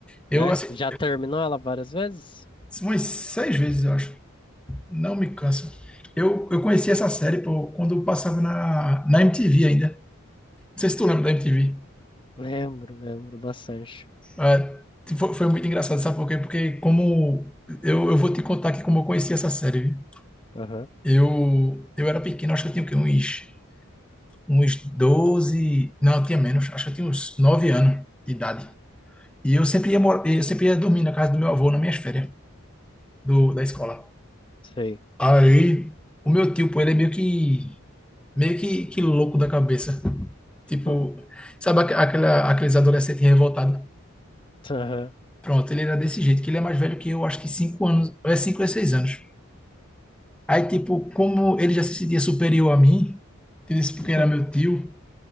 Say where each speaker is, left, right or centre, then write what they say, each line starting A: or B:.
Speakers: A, in the centre; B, on the left.
A: Eu
B: Né?
A: assisti
B: Já terminou ela várias vezes?
A: umas seis vezes, eu acho. Não me canso. Eu, eu conheci essa série, pô, quando eu passava na, na MTV ainda. Não sei se
B: Sim.
A: tu lembra da MTV.
B: Lembro, lembro bastante.
A: É, foi, foi muito engraçado, sabe por quê? Porque como. Eu, eu vou te contar aqui como eu conheci essa série.
B: Aham,
A: viu? Eu, eu era pequeno, acho que eu tinha o quê? Uns uns 12 não, eu tinha menos, acho que eu tinha uns 9 anos de idade. E eu sempre ia, mor- eu sempre ia dormir na casa do meu avô nas minhas férias do, da escola.
B: sei.
A: Aí, o meu tio, pô, ele é meio que, meio que, que louco da cabeça.
B: <laughs>
A: Tipo, sabe aque- aquela, aqueles adolescentes revoltados?
B: Aham,
A: Pronto, ele era desse jeito, que ele é mais velho que eu, acho que 5 anos, ou é 5 ou é 6 anos. Aí, tipo, como ele já se sentia superior a mim, ele disse porque
B: <laughs>
A: era meu tio,